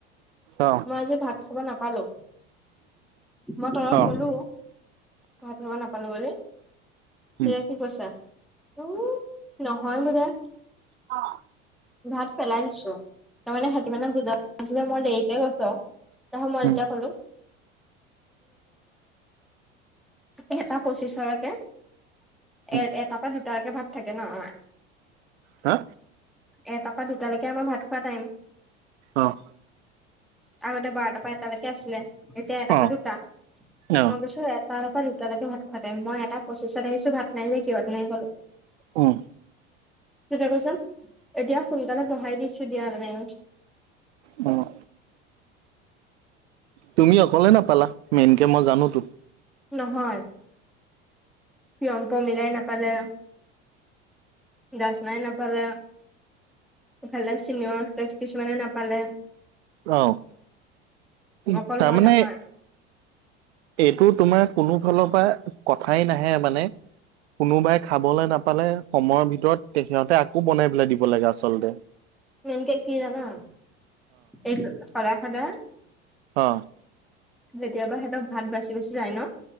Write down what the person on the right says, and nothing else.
অ
অ অ
উম
অঁ
উম
উম
হা
অঁ
অ
অ
উম
অঁ তুমি অকলে নাপালা মেইনকে মই জানো তো।
অঁ উ
তাৰমানে-
এইটো তোমাৰ কোনো ফালৰ পৰা কথাই নাহে মানে। কোনোবাই খাবলৈ নাপালে সময়ৰ ভিতৰত তে সিহঁতে আকৌ বনাই পেলাই দিব লাগে আচলতে। হয়
অঁ